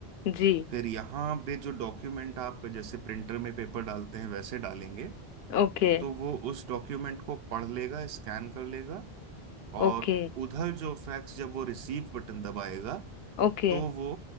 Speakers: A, on the left (about 75°); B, on the right (about 75°).
A: जी
B: फिर यहाँ पे जो डॉक्यूमेंट आप जैसे प्रिंटर में पेपर डालते हैं वैसे डालेंगे
A: Okay
B: तो वो उस डॉक्यूमेंट को पढ़ लेगा स्कैन कर लेगा और
A: okay
B: उधर जो फैक्स जब वो रिसीव बटन दबाएगा
A: okay
B: तो वो